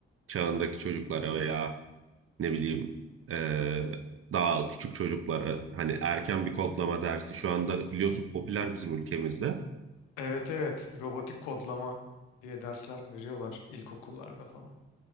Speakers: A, on the right (about 45°); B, on the left (about 85°).
A: çağındaki çocuklara veya ne bileyim e, daha küçük çocuklara. Hani erken bir kodlama dersi şu anda biliyorsun popüler bizim ülkemizde.
B: Evet evet robotik kodlama diye dersler veriyorlar ilkokullarda falan.